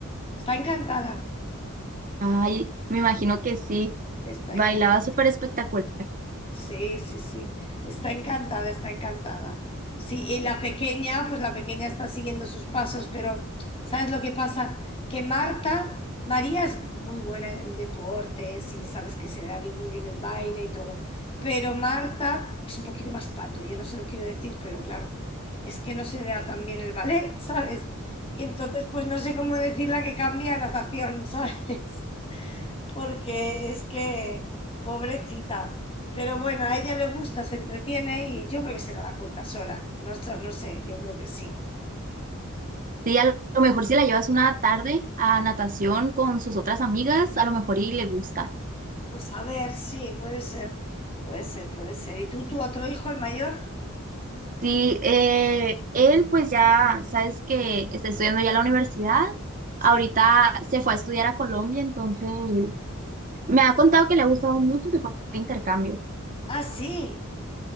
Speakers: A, on the left (about 25°); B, on the right (about 40°).
A: Está encantada,
B: Ay, me imagino que sí,
A: está
B: bailaba
A: encantada.
B: súper espectacular.
A: Sí, sí, sí. Está encantada, está encantada. Sí, y la pequeña, pues la pequeña está siguiendo sus pasos, pero ¿sabes lo que pasa? Que Marta, María es muy buena en deportes y sabes que se le da bien- muy bien el baile y todo, pero Marta es un poquito más pato, yo no se lo quiero decir, pero claro, es que no se le da tan bien el ballet, <laughs> ¿sabes? Y entonces, pues no sé cómo decirle que cambie a natación, <laughs> ¿sabes? porque es que, pobrecita. Pero bueno, a ella le gusta, se entretiene y yo creo que se dará cuenta sola. No, so- no sé, yo creo que sí.
B: Sí, a lo mejor si la llevas una tarde a natación con sus otras amigas, a lo mejor y le gusta.
A: Pues a ver, sí, puede ser, puede ser, puede ser. ¿Y tú, tu otro hijo, el mayor?
B: Sí, eh, él pues ya sabes que está estudiando ya la universidad.
A: Sí.
B: Ahorita se fue a estudiar a Colombia, entonces me ha contado que le ha gustado mucho, se fue a intercambio.
A: Ah, sí.